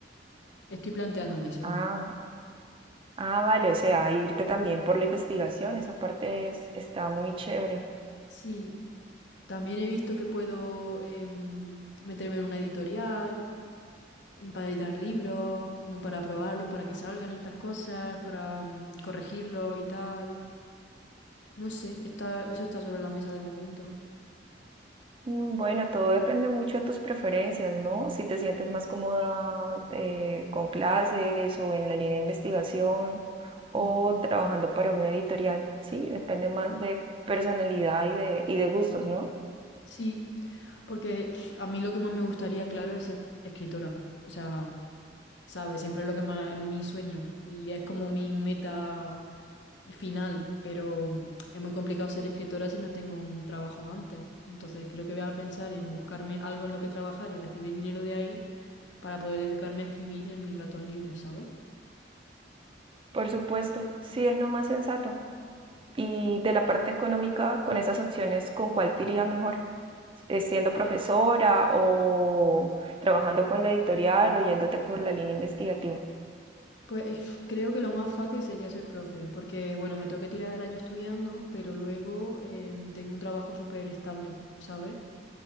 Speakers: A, on the left (about 75°); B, on the right (about 30°).
A: Estoy planteándome eso de
B: Ah,
A: momento.
B: ah, vale, o sea, irte también por la investigación, esa parte es- está muy chévere.
A: Sí, también he visto que puedo em, meterme en una editorial em, para editar libros, como para probarlos, para que salgan y estas cosas, para mm, corregirlos y tal. No sé, está, eso está sobre la mesa de momento.
B: Mm, Bueno, todo depende mucho de tus preferencias, ¿no? Si te sientes más cómoda eh, con clases o en la línea de investigación o
A: Mm.
B: trabajando para una editorial, sí, depende más de personalidad y de, y de gustos, ¿no?
A: Sí, porque pf, a mí lo que más me gustaría, claro, es ser escritora. O sea, ¿sabes? Siempre es lo que más es mi sueño y es como mi meta final, pero mm, es muy complicado ser escritora si no tengo un trabajo antes. Entonces creo que voy a pensar en buscarme algo en lo que trabajar y recibir dinero de ahí para poder dedicarme a escribir en mis ratos libres, ¿sabes?
B: Por supuesto, sí es lo más sensato. Y de la parte económica, con esas opciones, ¿con cuál te iría mejor? Eh, ¿Siendo profesora o trabajando con la editorial o yéndote por la línea investigativa?
A: Pues eh, creo que lo más fácil sería ser profe, porque bueno, me tengo que tirar el año estudiando, pero luego em, tengo un trabajo súper estable, ¿sabes?